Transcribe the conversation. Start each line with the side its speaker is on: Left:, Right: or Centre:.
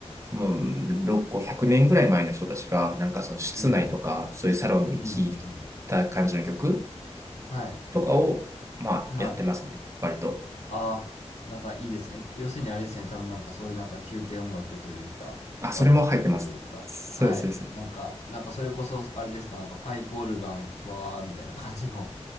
Right: もう、6個、0 0年ぐらい前の人たちが、なんかその室内とか、
Left: うん
Right: そういうサロンで聴いた感じの曲
Left: うん。うんうんうん。はい。
Right: とかを、まあ、
Left: はい。
Right: やってますね、割と。
Left: ああ、なんかいいですね。要するにあれですね。多分なんかそういうなんか宮廷音楽というか、
Right: あ、
Left: バロックというか。
Right: それも入ってます。そうです、
Left: はい。
Right: そうです。
Left: なんか、なんかそれこそあれですか。なんかパイプオルガン、ふわーみたいな感じの、